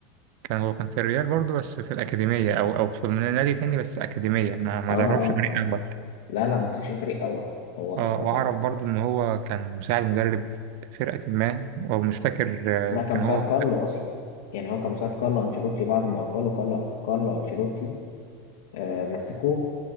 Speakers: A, on the right (about 55°); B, on the left (about 70°).
A: كان هو كان في الريال برضو بس في الاكاديميه او او في نادي تاني بس اكاديميه ما ما
B: اه
A: دربش فريق اول
B: لا لا ما مسكش فريق اول هو
A: اه
B: انا بكلم
A: واعرف برضو ان هو كان مساعد مدرب في فرقة ما ومش فاكر
B: لا
A: آه،
B: كان
A: كان
B: مساعد
A: هو
B: كارلو اصلا يعني هو كان مساعد كارلو انشيلوتي بعد ما اقبله كارلو كارلو انشيلوتي آه مسكوه